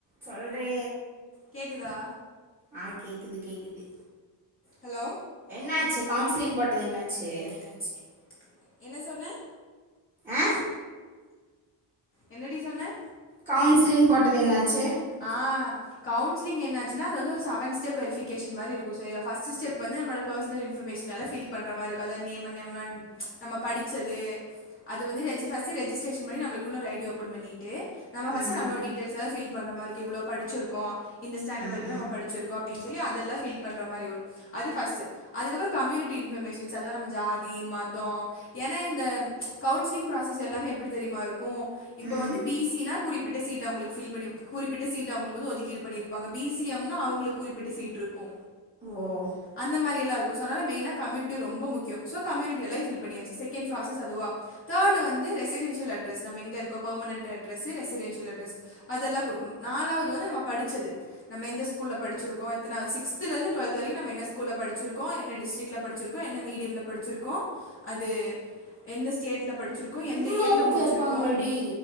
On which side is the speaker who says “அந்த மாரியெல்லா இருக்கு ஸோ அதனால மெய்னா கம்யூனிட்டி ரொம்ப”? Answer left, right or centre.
Left